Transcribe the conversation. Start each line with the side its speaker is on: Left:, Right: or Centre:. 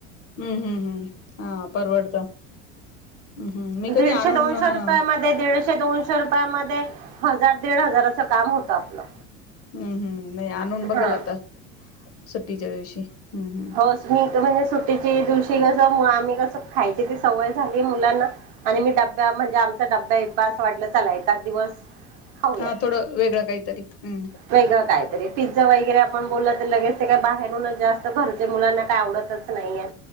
Left: हम्म हम्म हम्म हा परवडत हम्म हम्म मी कधी
Right: दीडशे
Left: आणून
Right: दोनशे
Left: ह हम्म
Right: रुपयामध्ये दीडशे एकशे दोनशे रुपयामध्ये हजार दीड हजाराचं काम होत आपलं
Left: हम्म हम्म नाही आणून बघेल
Right: हा
Left: आता सुट्टीच्या दिवशी हम्म हम्म
Right: हो मी तर म्हणजे सुट्टी दिवशी कस आम्ही कस खायची ती सवय झाली मुलांना आणि मी ड म्हणजे आम ड मग असं वाटलं चला एखादा दिवस खाऊया
Left: हा थोडं वेगळं काहीतरी हम्म
Right: काहीतरी वेगळा पिझ्झा वगैरे पण बोललं तर लगेच ते काही बाहेरूनच जास्त घरच्या मुलांना काही आवडतच नाहीय